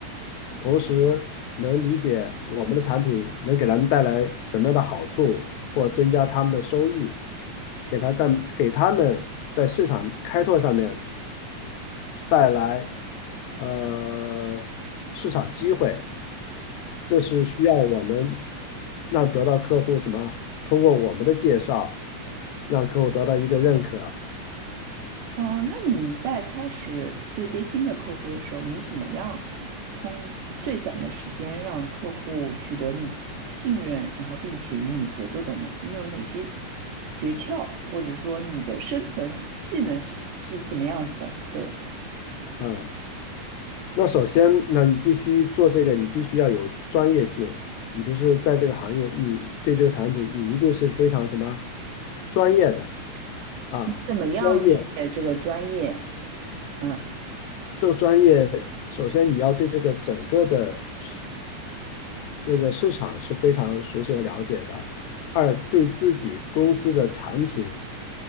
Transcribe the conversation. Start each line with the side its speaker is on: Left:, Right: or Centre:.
Left: 同时能理解我们的产品能给他们带来什么样的好处，或增加他们的收益，给他在给他们在市场开拓上面带来呃市场机会，这是需要我们让得到客户什么，通过我们的介绍，让客户得到一个认可，
Right: 呃，那你在开始对接新的客户的时候，你怎么样通最短的时间让客户取得你信任，然后并且与你合作的呢？你有哪些诀窍，或者说你的生存技能是是怎么样子的？对，
Left: 嗯。那首先，那你必须做这个，你必须要有专业性。你就是在这个行业，你对这个产品，你一定是非常什么专业的啊？
Right: 怎么样理解这个专业？
Left: 专业，
Right: 嗯，
Left: 这个专业，首先你要对这个整个的市这个市场是非常熟悉和了解的。二，对自己公司的产品，